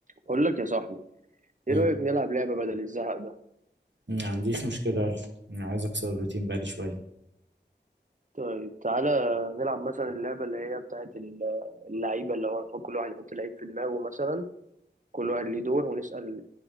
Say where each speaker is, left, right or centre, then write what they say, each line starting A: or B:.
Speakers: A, on the right; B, on the right.
A: بقول لك يا صاحبي ايه
B: مم.
A: رأيك نلعب لعبة بدل الزهق ده
B: ما عنديش مشكلة يلا أنا عايز أكسر الروتين بقالي شوية
A: طيب تعالى نلعب مثلا اللعبة اللي هي بتاعت ال- اللعيبة اللي هو نحط- كل واحد يحط لعيب في دماغه مثلا كل واحد ليه دور ونسأل